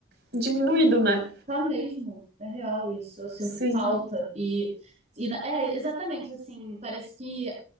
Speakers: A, on the right; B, on the right.
A: diminuído, né?
B: Tá mesmo, é real isso. Eu sinto
A: Sim.
B: falta. E, e na- é, exatamente, assim, parece que